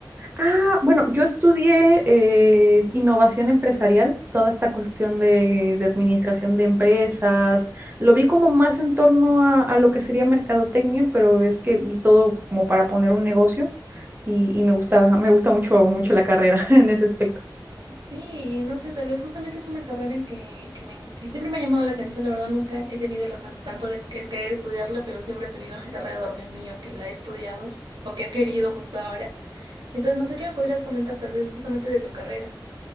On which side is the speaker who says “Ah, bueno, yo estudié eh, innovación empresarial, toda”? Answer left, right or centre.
Right